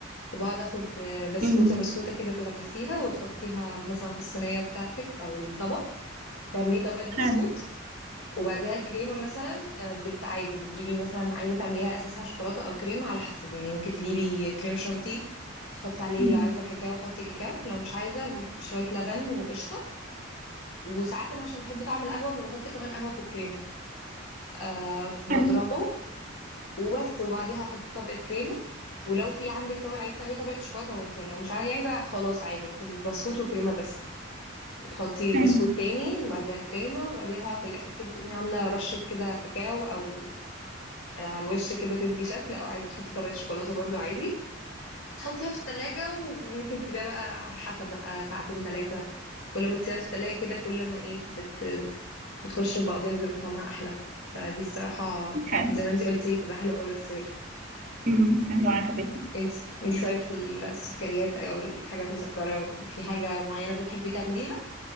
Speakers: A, on the left; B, on the right.
A: وبقعد اخد آه، بسكوته
B: امم
A: بسكوته كده تغمسيها وتحطيها مثلا في الصينيه بتاعتك او الطبق تعملي طبقه بسكوت
B: حلو
A: وبعديها الكريمه مثلا آه، بت- عادي بتجيبي مثلا عايزه تعمليها اساسها شوكولاته او كريمه على حسب يعني ممكن تجيبي كريم شانتيه تحطي عليه
B: أمم،
A: لو عايزه كاكاو حطي كاكاو لو مش عايزه ب- بشويه لبن وقشطه وساعات انا عشان بحب طعم القهوه فبحط كمان قهوه في الكريمه آه بضربه
B: حلو
A: وبس وبعديها احط طبقه كريمه ولو في عندك طبقه عايزه تعملي طبقه شوكولاته ممكن لو مش عايزه خلاص عادي ممكن بسكوت وكريمه بس وتحطي
B: حلو
A: بسكوت تاني وبعديها كريمه وبعديها في الاخر كده تقومي عامله رشه كده كاكاو او آه، على الوش كده تدي شكل او عايزه تحطي طبقه شوكولاته برضو عادي تحطيها في التلاجة وممكن تسيبيها بقى على حسب بقى ساعتين ثلاثة كل ما بتسيبها في التلاجة كده كل ما ايه بت... بتخش في بعضيها بيبقى طعمها أحلى فدي الصراحة
B: حلو
A: زي ما انتي قلتي تبقى حلوة أوي للصيف
B: أمم، حلو عجبتني
A: انت انت طيب في السكريات او الحاجات المسكرة في حاجة معينة بتحبي تعمليها